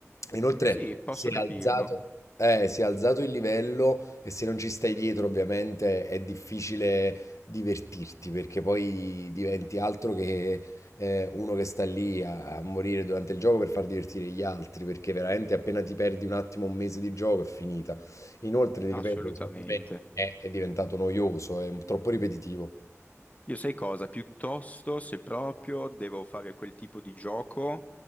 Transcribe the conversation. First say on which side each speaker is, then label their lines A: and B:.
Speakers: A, on the left (about 75°); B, on the left (about 30°).
A: Inoltre
B: Sì, posso
A: si è
B: capirlo.
A: alzato, eh, si è alzato il livello e se non ci stai dietro, ovviamente è difficile divertirti perché poi diventi altro che eh, uno che sta lì a, a morire durante il gioco per far divertire gli altri, perché veramente appena ti perdi un attimo, un mese di gioco è finita. Inoltre, ti
B: Assolutamente.
A: ripeto, secondo me è, è diventato noioso, è troppo ripetitivo.
B: Io sai cosa? Piuttosto, se proprio devo fare quel tipo di gioco,